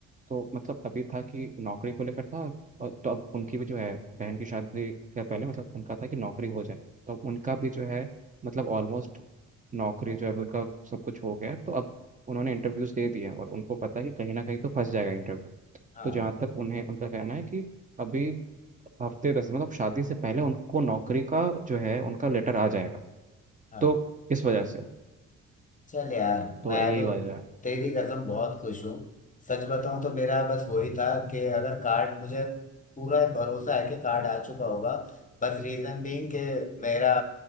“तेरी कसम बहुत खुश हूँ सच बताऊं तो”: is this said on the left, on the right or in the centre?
Left